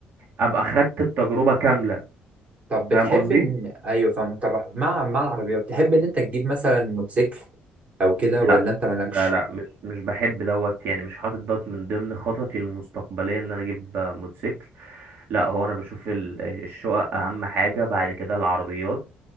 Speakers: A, on the right; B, on the right.
A: أبقى خدت التجربة كاملة
B: طب بتحب
A: فاهم قصدي؟
B: ان ايوه فاهم طب مع مع العربيات تحب ان انت تجيب مثلا موتوسيكل او كده
A: لا
B: ولا انت مالكش
A: لا لا مش مش بحب دوت يعني مش حاطط دوت من ضمن خططي المستقبلية إن أنا أجيب آه، موتوسيكل لا هو أنا بشوف ال- الشقق أهم حاجة بعد كده العربيات